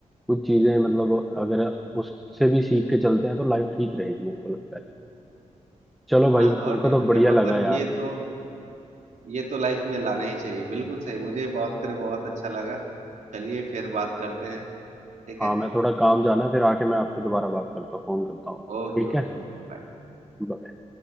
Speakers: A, in the centre; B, on the right (about 70°).
A: कुछ चीजें मतलब अगर उससे भी सीख के चलते हैं तो लाइफ ठीक रहेगी मेरे को लगता है चलो भाई
B: हाँ
A: मेरे
B: और
A: को
B: नहीं तो
A: तो बढ़िया
B: क्या मतलब
A: लगा यार
B: ये तो ये तो लाइफ में लाना ही चाहिए बिल्कुल सही मुझे बात कर बहुत अच्छा लगा चलिए फिर बात करते हैं ठीक
A: हाँ
B: है
A: मैं थोड़ा काम जाना है फिर आके मैं आपसे दोबारा बात करता हूँ फोन करता हूँ
B: Okay
A: ठीक
B: okay
A: है
B: okay bye
A: ब-